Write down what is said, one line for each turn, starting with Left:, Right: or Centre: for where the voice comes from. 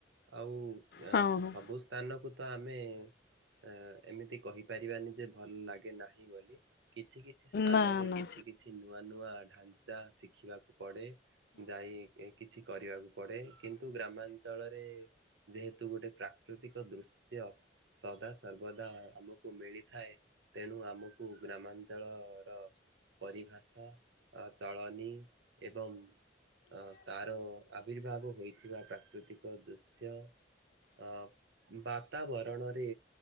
Right: ଆଉ ଅଁ
Left: ହଁ ହଁ
Right: ସବୁ ସ୍ଥାନକୁ ତ ଆମେ ଏ ଏମିତି କହିପାରିବାନି ଯେ ଭଲ ଲାଗେ ନାହିଁ ବୋଲି, କିଛି କିଛି ସ୍ଥାନରେ
Left: ନା ନା।
Right: କିଛି କିଛି ନୂଆ ନୂଆ ଢାଞ୍ଚା ଶିଖିବାକୁ ପଡେ, ଯାଇଁ କିଛି କରିବାକୁ ପଡେ କିନ୍ତୁ ଗ୍ରାମାଞ୍ଚଳରେ ଯେହେତୁ ଗୋଟେ ପ୍ରାକ୍ ପ୍ରାକୃତିକ ଦୃଶ୍ୟ ସଦା ସର୍ବଦା ଆମକୁ ମିଳିଥାଏ ତେଣୁ ଆମକୁ ଗ୍ରାମାଞ୍ଚଳର ପରିଭାଷା, ଅ ଚଳନି ଏବଂ ଅ ତାର ଆବିର୍ଭାବ ହୋଇଥିବା ପ୍ରାକୃତିକ ଦୃଶ୍ୟ ଅ ବାତାବରଣରେ